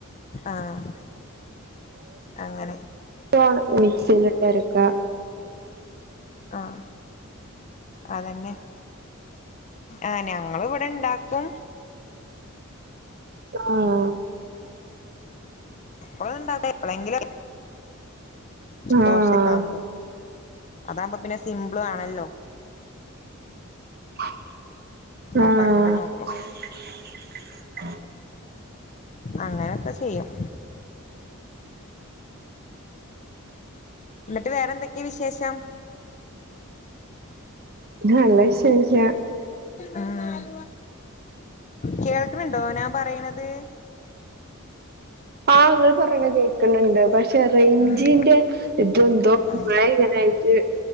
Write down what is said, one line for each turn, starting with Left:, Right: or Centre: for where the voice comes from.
Left: ആഹ് അങ്ങനെ
Right: <unintelligible> മിക്സീല്ട്ട് അരക്കാ
Left: ആഹ് അതന്നെ ആഹ് ഞങ്ങള് ഇവടെ ഇണ്ടാക്കും
Right: ആഹ്
Left: എപ്പളൂണ്ടാവൂല എപ്പ്ളേങ്കിലൊക്കെ
Right: ആഹ്
Left: ദോശെക്കാവുമ്പോ അതാവുമ്പപ്പൊ സിംമ്പ്ളാണല്ലോ
Right: ആഹ്
Left: അപ്പൊ അങ്ങനെ നോക്കും അങ്ങനെക്കെ ചെയ്യും ഇന്നട്ട് വേറെന്തെക്കെ വിശേഷം
Right: നല്ല വിശേഷം
Left: ആഹ് കേക്ക്ണ്ണ്ടോ ഞാൻ പറീണത്
Right: ആഹ് ഇങ്ങൾള് പറീണത് കേക്ക്ണ് ണ്ട് പക്ഷേ റേയ്ഞ്ചിന്റെ
Left: ഉം
Right: ഇതെന്തോ
Left: ആഹ്
Right: മഴ ഇങ്ങനായ്റ്റ്